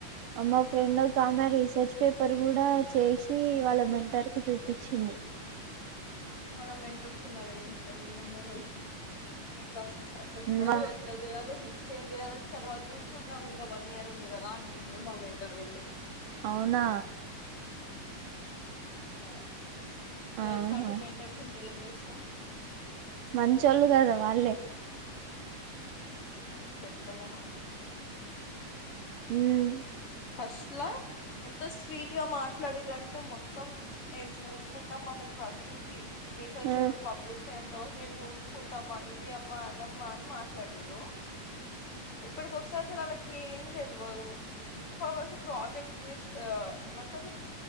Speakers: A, on the right; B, on the left.
A: మా ఫ్రెండ్ ఒకామె రీసర్చ్ పేపర్ గుడా చేశి వాళ్ళ మెంటర్కి జూపిచ్ ఇ
B: మన మెంటల్స్ ఉన్నారు ఎం తెలివ్ ఉండదు ఎం ఫస్ట్ల చప్పరు
A: మా
B: ఎట్ల జేయాలో నె ఇ ఏం చేయాలంటే తర్వాత చూస్కుందం ఇంక వన్ ఇయర్ ఉంది గదా న మామెంటరైతె
A: అవునా
B: ఆ ఇగ
A: ఆహా
B: ఇట్లాంటి మెంటర్స్ ఉంటె ఏం జేస్సం
A: మంచోళ్ళు గదా వాళ్ళే
B: త్తమోహాలు
A: ఉమ్
B: ఫస్ట్ల ఎంత స్వీట్ ట్టిగ మాట్లాడిరంటే మొత్తం నేన్ చూస్కుంటం మా మీక్ ప్రతిదీ రీసర్చ్ పేపర్
A: ఆ
B: పబ్లిషై తో నేను చూసుకుంటామా ఇది అమ్మా అదమ్మా అని మాట్లాడిండ్రు ఇప్పటికి వస్తే అసలు వాళ్ళకి ఏం తెల్వదు ఇప్పటి వరకు ప్రాజెక్ట్ <unintelligible> ఎమంటారు